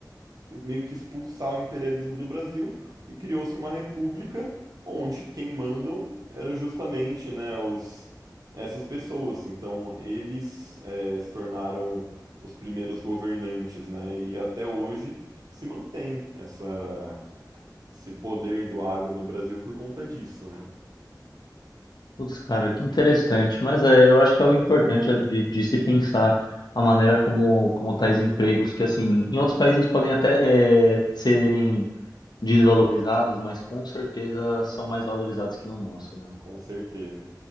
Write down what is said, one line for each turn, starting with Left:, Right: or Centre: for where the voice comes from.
Right: meio que expulsar o imperialismo do Brasil e criou-se uma república onde quem mandam era justamente né, os, essas pessoas. Então eles é, se tornaram os primeiros governantes, né? E até hoje se mantém essa, esse poder do agro no Brasil por conta disso, né?
Left: Putz, cara, que interessante. Mas é, eu acho que é algo importante é de, de se pensar a maneira como, como tais empregos, que assim, em outros países podem até é, serem desvalorizados, mas com certeza são mais valorizados que no nosso, né?
Right: Com certeza.